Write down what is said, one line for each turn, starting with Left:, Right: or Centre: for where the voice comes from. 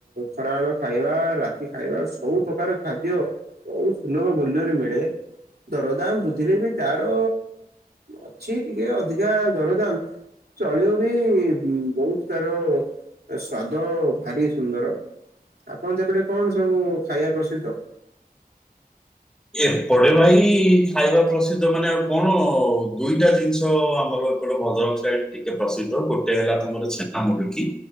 Right: ଖରାବେଳ ଖାଇବା ରାତି ଖାଇବା ସବୁ ପ୍ରକାର ଖାଦ୍ୟ ବହୁତ ସୁଲଭ ମୂଲ୍ୟରେ ମିଳେ। ଦରଦାମ ବୁଦ୍ଧିରେ ବି ତାର ଅଛି ଟିକେ ଅଧିକା ଦରଦାମ। ଚଳିବ ବି ବହୁତ ତାର ସ୍ଵାଦ ଭାରି ସୁନ୍ଦର, ଆପଣ ସେପଟେ କଣ ସବୁ ଖାଇବା ପ୍ରସିଦ୍ଧ?
Centre: ଏପଡେ ଭାଇ ଖାଇବା ପ୍ରସିଦ୍ଧ ମାନେ କଣ ଦୁଇଟା ଜିନିଷ ଆମର ଏପଟ ଭଦ୍ରକ ସାଇଡ ଟିକେ ପ୍ରସିଦ୍ଧ ଗୋଟେ ହେଲା ତମର ଛେନା ମୁଡିକି।